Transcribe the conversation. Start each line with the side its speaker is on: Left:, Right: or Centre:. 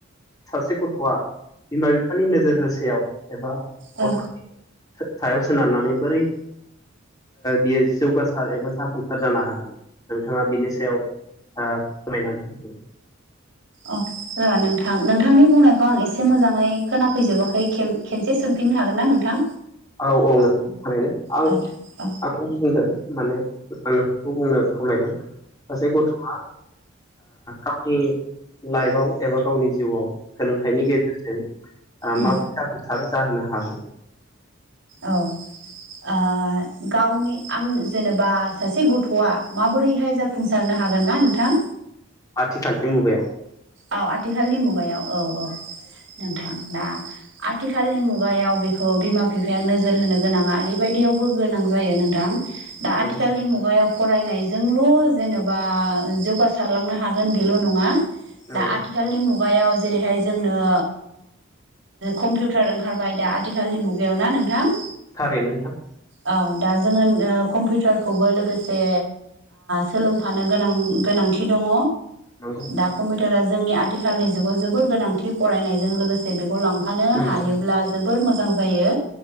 Left: सासे गथ'आ बिमा बिफानि नोजोर होसेयाव एबा
Right: ओ
Left: गथ'नि सायाव सोनारनानै बोरै बियो जौगासार एबा जाफुंसार जानो हागोन नोंथाङा बिनि सायाव फोरमायनानै होदों
Right: अ र नोंथां नोंथांनि बुंनायखौ आं एसे मोजाङै खोनाफैजोबाखै खेबसे सोंफिन हागोन ना नोंथां
Left: औ औ नोंथां थारैनो आं
Right: औ औ
Left: आं बुंदों माने आंनो बेखौ बुंनो खावलायदों सासे गथ'आ गावनि लाइफआव एबा गावनि जिउआव सोलोंथाइनि गेजेरजों
Right: औ
Left: माबोरै जाफुंसार जाहोनो हागोन
Right: औ गावनि आं जेनेबा सासे गथ'आ माबोरैहाय जाफुंसारनो हागोन ना नोंथां
Left: आथिखालनि मुगायाव
Right: औ आथिखालनि मुगायाव औ औ नोंथां दा आथिखालनि मुगायाव बेखौ बिमा बिफाया नोजोर होनो गोनाङा ओरैबायदियावबो गोनां जायो नोंथां दा
Left: नंगौ
Right: आथिखालनि मुगायाव फरायनायजोंल' जेनेबा जौगासारलांनो हागोन बेल' नङा
Left: नंगौ
Right: दा आथिखालनि मुगायाव जेरैहाय जोंनो कम्पिउटार ओंखारबाय दा आथिखालनि मुगायाव ना नोंथां
Left: थारैनो नोंथां
Right: औ दा जोङो कम्पिउटारखौबो लोगोसे सोलोंफानो गोनां गोनांथि दङ
Left: नंगौ
Right: दा कम्पिउटारा जोंनि आथिखालनि जुगाव जोबोर गोनांथि फरायनायजों लोगोसे बेखौ लांफानो
Left: नंगौ
Right: हायोब्ला जोबोर मोजां जायो